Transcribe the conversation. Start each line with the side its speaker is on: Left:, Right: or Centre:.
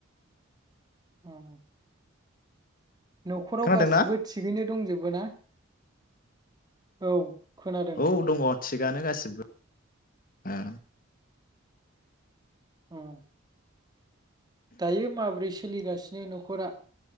Right: औ न'खराव
Left: खोनादों
Right: गासिबो
Left: ना
Right: थिगैनो दंजोबो ना? औ खोनादों
Left: औ दङ थिगानो गासिबो। ओ
Right: उम। दायो माब्रैसो सोलिगासिनो नखरा